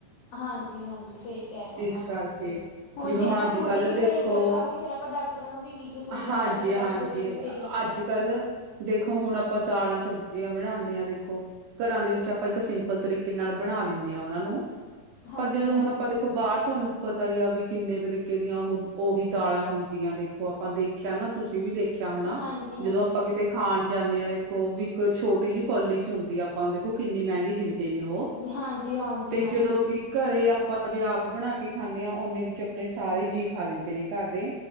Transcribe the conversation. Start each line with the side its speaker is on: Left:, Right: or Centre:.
Left: ਹਾਂਜੀ ਹਾਂਜੀ, ਸਹੀ ਕਹਿ ਰਹਿਓ
Right: ਇਸ
Left: ਮੈਂਮ।
Right: ਕਰਕੇ
Left: ਹੁਣ
Right: ਜਿਵੇਂ
Left: ਜੇ ਆਪਾਂ
Right: ਅੱਜ
Left: ਖੁਦ
Right: ਕੱਲ੍ਹ
Left: ਹੀ ਨ
Right: ਦੇਖੋ
Left: ਪਰਹੇਜ਼ ਰੱਖਾਂਗੇ, ਫੇਰ ਆਪਾਂ ਡਾਕਟਰਾਂ ਨੂੰ ਵੀ ਕੀ ਕਸੂਰ
Right: ਹਾਂਜੀ
Left: ਕੱਢਾਂਗੇ, ਜਿੱਦਾਂ
Right: ਹਾਂਜੀ
Left: ਆਪਾਂ ਖੁਦ ਹੀ ਨੀ ਪਰਹੇਜ਼ ਰੱਖਿਆ।
Right: ਅੱਜ ਕੱਲ, ਦੇਖੋ ਹੁਣ ਆਪਾਂ ਦਾਲਾਂ ਸਬਜ਼ੀਆਂ ਬਣਾਦੇ ਹਾਂ ਦੇਖੋ, ਘਰਾਂ ਦੇ ਵਿੱਚ ਆਪਾਂ ਇੱਕ ਸਿੰ ਲ ਤਰੀਕੇ ਨਾਲ ਬਣਾ ਲੈਂਦੇ ਹਾਂ ਉਹਨਾਂ ਨੂੰ,
Left: ਹਾਂਜੀ
Right: ਪਰ ਜਦੋਂ ਹੁਣ
Left: ਹਾਂਜੀ
Right: ਆਪਾਂ ਦੇਖੋ ਬਾਹਰ ਤੁਹਾਨੂੰ ਪਤਾ ਹੀ ਆ ਵੀ ਕਿੰਨੇ ਤਰੀਕੇ ਦੀਆਂ, ਉਹ ਉਹੀ ਦਾਲਾਂ ਹੁੰਦੀਆਂ ਦੇਖੋ, ਆਪਾਂ ਦੇਖਿਆ ਨਾ, ਤੁਸੀਂ ਵੀ ਦੇਖਿਆ ਦੇਖਿਆ ਹੋਣਾ।
Left: ਹਾਂਜੀ ਹਾਂਜੀ
Right: ਜਦੋਂ ਆਪਾਂ ਕਿਤੇ ਖਾਣ ਜਾਂਦੇ ਹਾਂ ਦੇਖੋ, ਵੀ ਇੱਕ ਛੋਟੀ ਜਿਹੀ ਕੋਲੀ 'ਚ ਹੁੰਦੀ ਆ ਆਪਾਂ, ਦੇਖੋ ਕਿੰਨੀ ਮਹਿੰਗੀ ਦਿੰਦੀ ਨੇ ਉਹ,
Left: ਹਾਂਜੀ ਹਾਂਜੀ
Right: ਤੇ
Left: ਹਾਂਜੀ
Right: ਜਦੋਂ ਕਿ ਘਰੇ ਆਪਾਂ ਜੇ ਆਪ ਬਣਾ ਕੇ ਖਾਂਦੇ ਹਾਂ ਓਨੇ ਵਿੱਚ ਆਪਣੇ ਸਾਰੇ ਜੀਅ ਖਾ ਲੈਂਦੇ ਨੇ ਘਰ ਦੇ